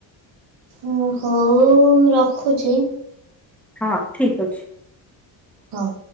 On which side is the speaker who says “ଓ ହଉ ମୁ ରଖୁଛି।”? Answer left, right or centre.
Right